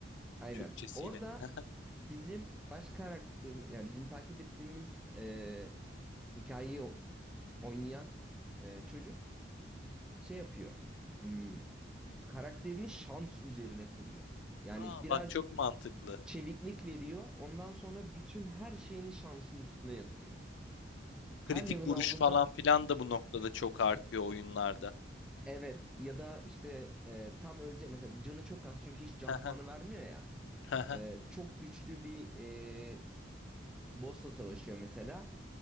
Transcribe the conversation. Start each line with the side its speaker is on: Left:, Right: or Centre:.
Centre: Aynen.
Left: Türkçesiyle.
Centre: Orada
Left: <laughs>
Centre: bizim baş karakter yani bizim takip ettiğimiz e, hikayeyi o- oynayan e, çocuk şey yapıyor. Hmm, karakterini şans üzerine kuruyor. Yani
Left: Hı hı.
Centre: birazcık
Left: bak çok mantıklı.
Centre: çeviklik veriyor. Ondan sonra bütün her şeyini şansın üstüne yatırıyor. Her
Left: Kritik
Centre: level
Left: vuruş
Centre: aldığında
Left: falan filan da bu noktada çok artıyor oyunlarda.
Centre: evet ya da işte e, tam ölecek mesela canı çok az çünkü hiç can
Left: Hı
Centre: puanı
Left: hı.
Centre: vermiyor ya.
Left: Hı hı.
Centre: E, çok güçlü bir e, boss'la savaşıyor mesela.